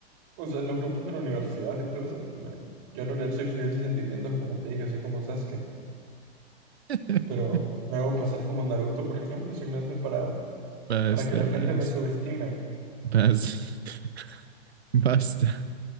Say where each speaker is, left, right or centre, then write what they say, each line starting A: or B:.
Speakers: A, on the right; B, on the right.
A: O sea, en los grupos de la universidad y todo eso, me yo en realidad soy frío en sentimientos, como te dije, soy como Sasuke.
B: <laughs>
A: pero me hago pasar como Naruto, por ejemplo, simplemente para,
B: Basta,
A: para que la gente
B: basta,
A: me subestime.
B: basta, <laughs> basta,